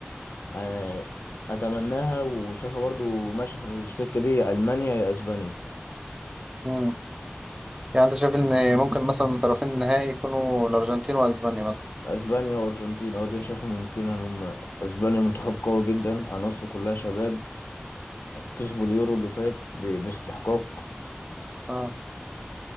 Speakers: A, on the left; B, on the right.
A: آه، اتمناها وشايفها برضو ماشيه في السكه دي المانيا يا اسبانيا
B: مم. يعني انت شايف ان ممكن مثلا طرفين النهائي يكونوا الارجنتين واسبانيا مثلا
A: اسبانيا وارجنتين اه دي أنا شايفها ممكنه ان هم اسبانيا منتخب قوي جدا عناصره كلها شباب كسبوا اليورو اللي فات ب- باستحقاق
B: اه